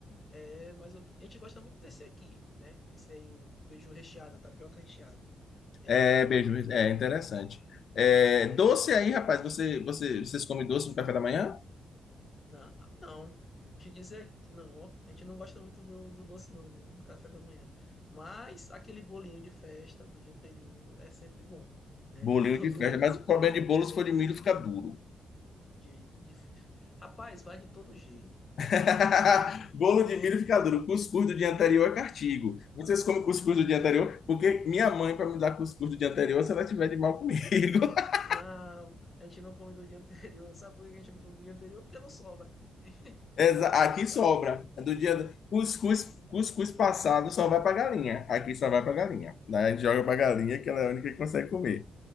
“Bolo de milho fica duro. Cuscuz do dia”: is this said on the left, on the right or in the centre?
Left